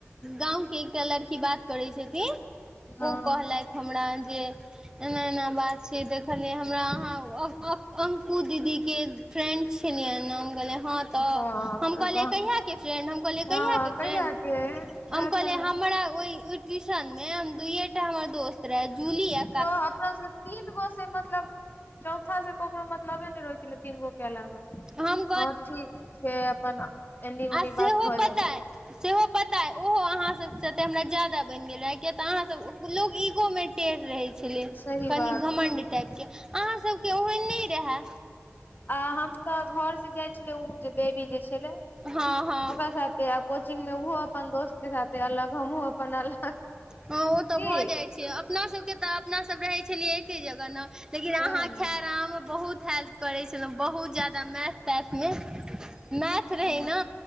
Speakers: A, on the right (about 15°); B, on the left (about 40°).
A: गाँवके एकटा लड़की बात करैत छथिन, ओ
B: हँ
A: कहलथि हमरा जे एना एना बात छै, छले हमरा अहा अंकु दीदी के फ्रेंड छलिय नाम गेले हा, तऽ
B: बाप
A: हम
B: रे
A: कहलियै
B: बाह
A: कहियाकके फ्रेंड हम कहलियै
B: हँ
A: कहिया के फ्रेंड,
B: के वैह
A: हम
B: तऽ
A: कहले हमरा ओ ट्यूशन मे हम दुूये टा हमर दोस्त रहे जूली ए,
B: तऽ अपना सबके तीन गो? मतलब चौथा से ककरो मतलबे ने रहै छलै तीन गो के अलावा,
A: हम
B: हँ ठीक छै अपन एन्नी ओन्नी
A: अे सेहो
B: बात भऽ
A: पताए।
B: जाइ छै
A: सेहो पता अइ ओहो अहाँसभसँ तऽ हमरा ज्यादा बनि गेल रहै किय तऽ अहाँसभ लोक ईगोमे टेढ़ रहै छलै
B: सही
A: कनि
B: बात
A: घमण्ड
B: छै
A: टाइपके अहाँसभके ओहन नहि रहै।
B: आ हम तऽ घर से जाइ छले ओ जे बेबी जे छले ओकरा
A: हँ हँ
B: साथे कोचिंग मे ओहो अपन दोस्त के साथे अलग हमहुँ अपन अलग
A: हँ ओ तऽ
B: की
A: भऽ जाइत छै अपनासभके तऽ अपनासभ रहैत छलियै एके जगह ने। लेकिन
B: वैह
A: अहााँ
B: ने
A: खेर में बहुत हेल्प करे छलौ बहुत जादा। मैथ तैथ में मैथ रहैना
B: हँ